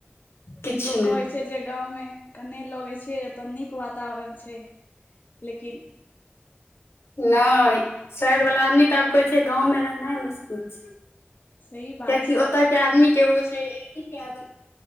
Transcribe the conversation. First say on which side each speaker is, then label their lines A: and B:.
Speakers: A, on the left; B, on the left.
A: किछु
B: लोक कहै छै। छै जे गाँवमे कने लगै छै। ओतऽ नीक वातावरण छै। लेकिन
A: नहि शहर वाला आदमी तऽ आब कहै छै। गाँंवं रहनाइ ह मुश्किल छै।
B: सही बात
A: कियाकि
B: छै
A: ओत के आदमी के ओ छै। ए सी के आदत